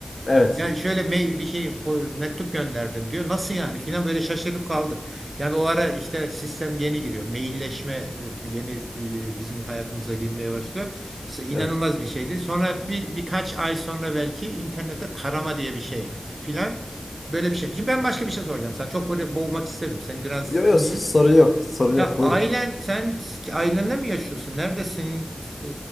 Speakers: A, on the left; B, on the right.
A: evet.
B: yani şöyle me- bir şey po- mektup gönderdim diyor. Nasıl yani filan böyle şaşırıp kaldık. Yani o ara işte sistem yeni giriyor. Mailleşme e, yeni e, bizim hayatımıza girmeye başlıyor. İşte inanılmaz
A: Evet.
B: bir şeydi. Sonra bir birkaç ay sonra belki internette tarama diye bir şey filan böyle bir şey. Şimdi ben başka bir şey soracağım. Sen çok böyle boğmak istemiyorum. Seni biraz
A: Yok
B: tanıyayım.
A: yok sorun yok. Sorun
B: Ya
A: yok.
B: ailen
A: Buyurun.
B: sen ki ailenle mi yaşıyorsun? Neredesin? Ee,